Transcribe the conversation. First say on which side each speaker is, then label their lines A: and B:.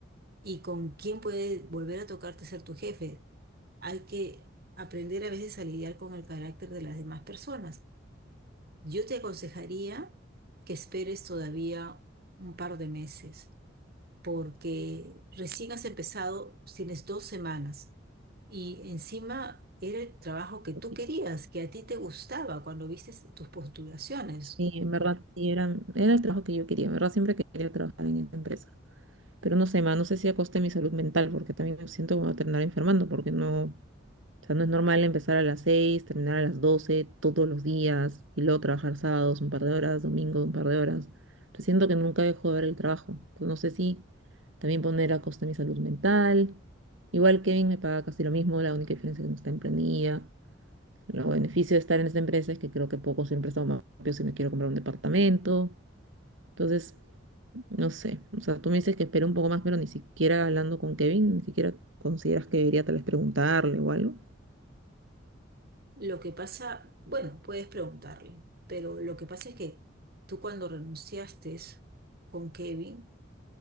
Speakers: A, on the right; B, on the right.
A: y con quién puede volver a tocarte ser tu jefe. Hay que aprender a veces a lidiar con el carácter de las demás personas. Yo te aconsejaría que esperes todavía un par de meses porque recién has empezado, tienes dos semanas y encima era el trabajo que tú
B: Porque
A: querías, que a ti te gustaba cuando viste tus postulaciones.
B: Sí, en verdad, sí, era, era el trabajo que yo quería, en verdad siempre quería trabajar en esta empresa. Pero no sé, ma, no sé si a costa de mi salud mental, porque también me siento que me voy a terminar enfermando, porque no, O sea, no es normal empezar a las seis terminar a las 12 todos los días y luego trabajar sábados un par de horas, domingo un par de horas. Entonces siento que nunca dejo de ver el trabajo. Entonces no sé si también poner a costa mi salud mental. Igual Kevin me paga casi lo mismo, la única diferencia es que no está en planilla. Los beneficios de estar en esta empresa es que creo que poco siempre está más rápido si me quiero comprar un departamento. Entonces, no sé. O sea, tú me dices que espero un poco más, pero ni siquiera hablando con Kevin, ni siquiera consideras que debería tal vez preguntarle o algo.
A: Lo que pasa, bueno, puedes preguntarle, pero lo que pasa es que tú cuando renunciaste con Kevin,